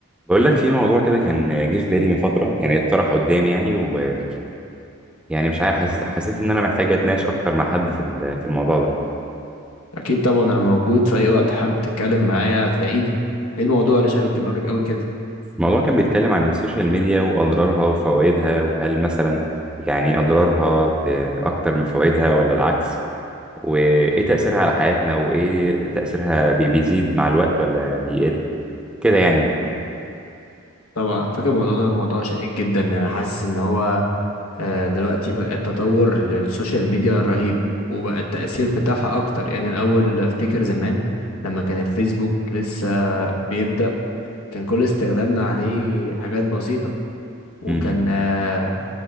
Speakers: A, in the centre; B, on the left.
A: بقول لك في موضوع كده كان جه في بالي من فترة يعني اتطرح قدامي يعني ويعني مش عارف حسيت حسيت ان انا محتاج اتناقش اكتر مع حد في ال- في الموضوع ده
B: اكيد طبعا انا موجود في اي وقت حابب تتكلم معايا هتلاقيني ايه الموضوع اللي شاغل دماغك قوي كده
A: الموضوع كان بيتكلم عن السوشيال ميديا واضرارها وفوائدها وهل مثلا يعني اضرارها ب- اكتر من فوائدها ولا العكس وايه تأثيرها على حياتنا وايه تأثيرها بي- بيزيد مع الوقت ولا بيقل كده يعني
B: طبعا على فكره الموضوع ده موضوع شائك جدا انا حاسس ان هو آه، دلوقتي بقى التطور للسوشيال ميديا رهيب وبقى التاثير بتاعها اكتر يعني الاول افتكر زمان لما كان الفيسبوك لسه بيبدا كان كل استخدامنا عليه حاجات بسيطه وكان
A: امم إمم.
B: آه،